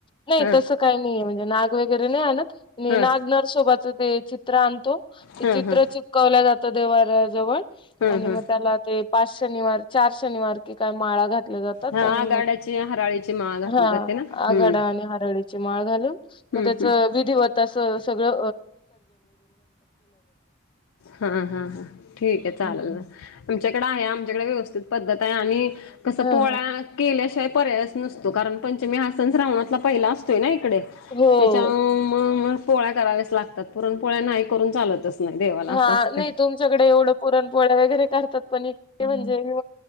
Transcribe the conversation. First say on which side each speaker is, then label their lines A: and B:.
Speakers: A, on the left (about 25°); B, on the left (about 85°).
A: नाही
B: हं
A: तस काही नाहीे म्हणजे नाग वगैरे नाही आणत
B: हं
A: नागनरसोबाच ते चित्र आणतो ते
B: हं
A: चित्र
B: हं
A: चिपकवल जातं दे जवळव
B: हं
A: आणि
B: हं
A: मग त्याला ते पाच शनिवार चार शनिवार कि काय माळा घात जातात
B: हा
A: आणि
B: आगाड्याची
A: मग
B: हराळीची माळ घातली
A: हा
B: जाते ना हम्म
A: आघाडा आणि हरळीव माळ घालून
B: हम्म
A: त्याच
B: हम्म
A: विधीवत अस सगळ
B: हा हा हा ठीक आहे चालेल
A: हम्म.
B: आमच्याकडे आहे आमच्याकडे व्यवस्थित पद्धत आहे आणि कसं
A: हा
B: पोळ्या
A: हा
B: केल्याशिवाय. पर्यास नसतो कारण पंचमी हा सण श्रावणातला पहिला असतोय नाही. इकडे
A: हो
B: त्याच्या मग पोळ्या कराव्याच लागतात पुरण पोळ्या नाही करून चालतच. नाही देवाला
A: हा
B: असं असतंय
A: नाही तुमच्याकडे एवढं पुरणपोळ्या वगैरे करतात पण इ. थ म्हणजे